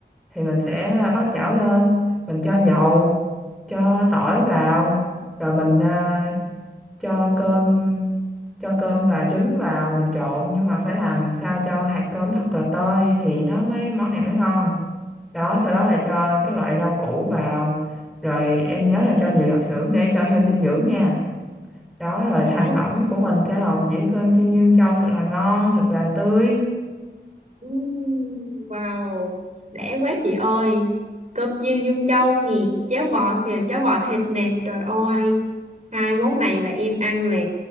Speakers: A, in the centre; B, on the right (about 40°).
A: thì mình sẽ bắt chảo lên, mình cho dầu, cho tỏi vào rồi mình à, cho cơm cho cơm và trứng vào mình trộn nhưng mà phải làm sao cho hạt cơm thật là tơi thì nó mới món này mới ngon đó sau đó là cho các loại rau củ vào rồi em nhớ là cho nhiều lạp xưởng để cho thêm dinh dưỡng nha đó rồi
B: Dạ.
A: thành phẩm của mình sẽ là một dĩa cơm chiên dương châu thật là ngon thật là tươi
B: Ừm, Wow, để quá chị ơi. Cơm chiên Dương Châu nè, cháo bò thịt, cháo bò thịt nè. Trời ơi, hai món này là em ăn là